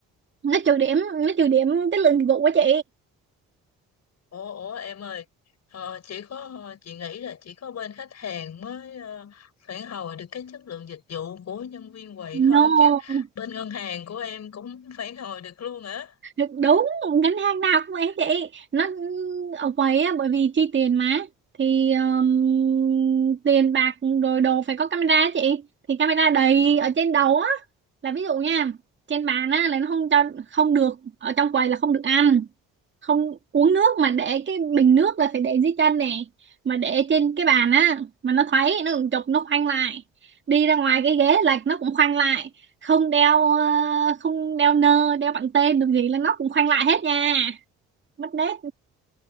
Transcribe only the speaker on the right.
nó trừ điểm nó trừ điểm chất lượng dịch vụ quá chị
no
Được đúng ngân hàng nào cũng ấy chị nó ở quầy á bởi vì chi tiền mà thì um, tiền bạc rồi đồ phải có camera á chị thì camera đầy ở trên đầu á là ví dụ nha trên bàn á là nó không cho không được ở trong quầy là không được ăn không uống nước mà để cái bình nước là phải để dưới chân nè mà để trên cái bàn á mà nó thấy nó cũng chụp nó khoanh lại đi ra ngoài cái ghế lệch nó cũng khoanh lại không đeo ờ, không đeo nơ đeo bằng tên được gì là nó cũng khoanh lại hết nha mất nét